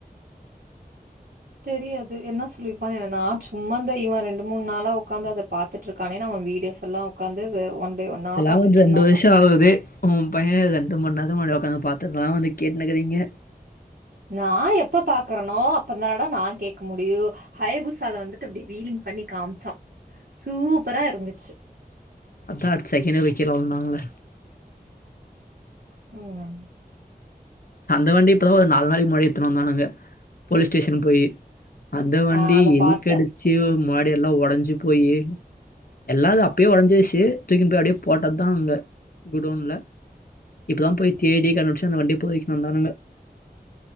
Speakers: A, on the right (about 75°); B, on the left (about 60°).
A: தெரியாது என்ன சொல்லிருப்பா நா சும்மா இவ இந்த ரெண்டு மூணு நாளா உக்காந்து அத பாத் துட்ருக்கானே அவ வீடியோஸ் எல்லா உக்காந்து ஒன் பை ஒன்னா
B: இதெல்லா
A: பார்த்துட்டுருந்தான்.
B: வந்து ரெண்டு வருஷோ ஆவுது ஓ பைய ரெண்டு மண்நேரத்துக்கு முன்னாடி உக்காந்து பாத்ததுலா வந்து கேட்டுனுருக்குறீங்க
A: நா எப்ப பாக்குறனோ அப்பதானடா நா கேக்க முடியு ஹயபுசால வந்துட்டு அப்டி வீலிங் பண்ணி காமிச்சா சூப்பரா இருந்துச்சி
B: அதா அடுத்த செகண்டே போய் கீழ உழுந்தாலே
A: ம்
B: அந்த வண்டி இப்பதா ஒரு நாலு நாளைக்கு முன்னடி தா எடுத்துட்டு வந்தானுங்க போலீஸ் ஸ்டேஷன் போயி அந்த வண்டி
A: அ அத
B: எலிக்கடிச்சு
A: பார்த்தேன்.
B: மாடிய எல்லா ஒடஞ்சு போயி எல்லா அது அப்பயே ஒடைஞ்சுச்சு தூக்கின்னு போய் அப்டியே போட்டது தா அங்க குடவ்ன்ல இப்பதா போய் தேடி கண்டுபிடிச்சு அந்த வண்டி பொரிக்கினுவந்தானுங்க